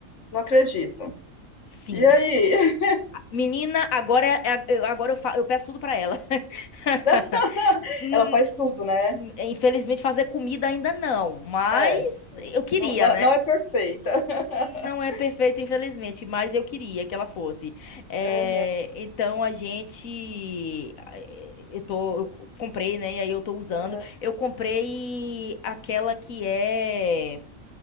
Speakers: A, on the left; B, on the left.
A: não acredito.
B: Sim.
A: E aí?
B: Menina, agora, é- é- eu- agora eu, fa- eu peço tudo pra ela. <laughs>
A: <laughs>
B: Hum,
A: Ela faz tudo, né?
B: Infelizmente, fazer comida ainda não, mas
A: É, é.
B: eu queria,
A: não, não,
B: né?
A: não é perfeita. <laughs>
B: Não é perfeita, infelizmente, mas eu queria que ela fosse. Eh,
A: Aham,
B: então a gente, eh, eu tô, eu co- comprei, né? E aí eu tô usando.
A: aham,
B: Eu comprei aquela que é